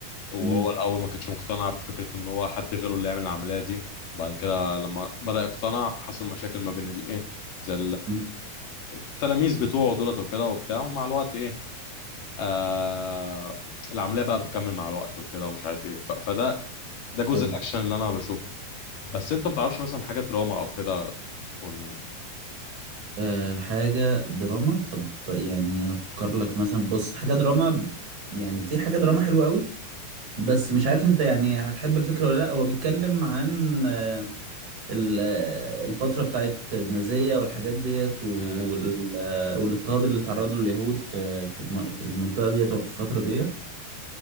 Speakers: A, on the left; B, on the right.
A: وهو
B: مم.
A: الأول ما كانش مقتنع بفكرة ان هو حد غيره اللي يعمل العملية دي بعد كده لما بدأ يقتنع حصل مشاكل ما بين الايه زي
B: مم.
A: التلاميذ بتوعه دولت وكده وبتاع ومع الوقت ايه آه العملية بقى بتكمل مع الوقت وكده ومش عارف ايه ف- فده ده جزء
B: حلو
A: الأكشن اللي أنا بشوفه بس أنت متعرفش مثلا حاجة دراما أو كده تكون
B: أه حاجة دراما طب يعني هفكر لك مثلا بص حاجة دراما يعني في حاجة دراما حلوة قوي بس مش عارف انت يعني هتحب الفكرة ولا لا هو بيتكلم عن آه، ال- آه، الفترة بتاعت النازية والحاجات ديت وال-
A: مم،
B: آه، والاضطهاد اللي تعرض له اليهود في في الم- في المنطقة ديت وفي الفترة ديت